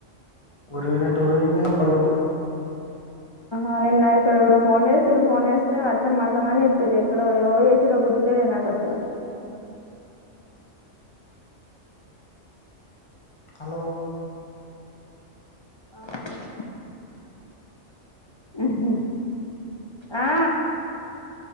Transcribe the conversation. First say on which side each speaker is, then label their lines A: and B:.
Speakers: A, on the left; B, on the left.
A: ఉరిమినట్ నట్ ఉరిమింది అప్పడి దప్పుడు
B: ఆ నిన్న ఇక్కడ ఎవరో ఫోన్ చేసింరు ఫోన్ చేస్తే వర్షం పడుతాందని చెప్పిర్రు. ఎక్కడో ఎవరు చేసింరో గుర్తుకు లేదు నాకు అసలు.
A: హలో
B: అవును హుహ్ ఆ